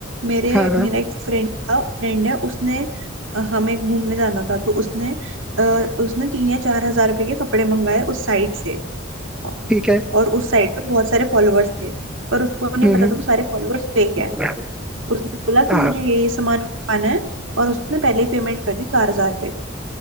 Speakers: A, on the right; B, in the centre.
A: मेरे
B: हाँ हाँ
A: मेरा एक फ्रेंड था फ्रेंड है उसने अ, हमें घूमने जाना था तो उसने अ, उसने तीन या चार हजार रुपए के कपड़े मंगाए उस साइट से औ-
B: ठीक है
A: और उस साइट पे बहुत सारे फॉलोअर्स थे पर उसको नहीं
B: हम्म
A: पता था वो सारे फॉलोअर्स फेक है
B: हम्म।
A: उसने बोला कि
B: हाँ
A: मुझे ये ये सामान मंगवाना है और उसने पहले ही पेमेंट कर दी चार हजार रुपये